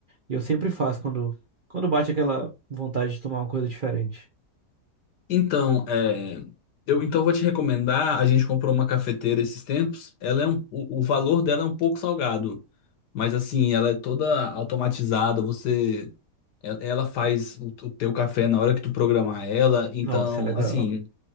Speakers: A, on the right; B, on the left.
A: e eu sempre faço quando quando bate aquela vontade de tomar uma coisa diferente.
B: Então, é, eu então eu vou te recomendar. A gente comprou uma cafeteira esses tempos. Ela é um, o, o valor dela é um pouco salgado, mas assim, ela é toda automatizada. Você, ela, ela faz o, o teu café na hora que tu programar ela. Então,
A: Nossa, é legal.
B: assim,